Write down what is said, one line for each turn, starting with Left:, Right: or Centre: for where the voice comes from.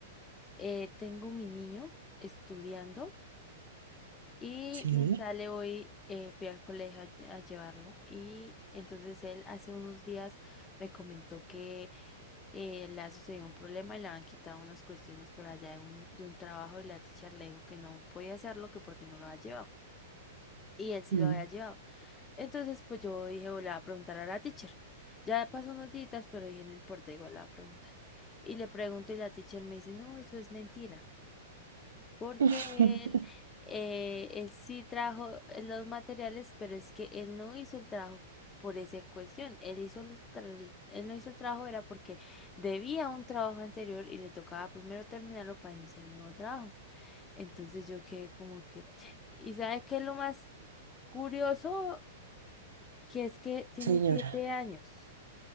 Left: eh, tengo mi niño estudiando y
Right: Sí.
Left: me sale hoy, eh, fui al colegio a, a llevarlo y entonces él hace unos días me comentó que eh, le ha sucedido un problema y le han quitado unas cuestiones por allá de un, de un trabajo y la teacher le dijo que no podía hacerlo, que porque no lo había llevado. Y él sí
Right: Mm.
Left: lo había llevado. Entonces, pues yo dije, o le voy a preguntar a la teacher. Ya pasó unos días, pero dije, no importa, igual le voy a preguntar. Y le pregunto y la teacher me dice, no, eso es mentira, porque
Right: <laughs>
Left: él, eh, él sí trajo los materiales, pero es que él no hizo el trabajo por esa cuestión. Él hizo los tra- él no hizo el trabajo era porque debía un trabajo anterior y le tocaba primero terminarlo para iniciar un nuevo trabajo. Entonces yo quedé como que, ¿y sabe qué es lo más curioso que es que tiene
Right: Señora,
Left: siete años.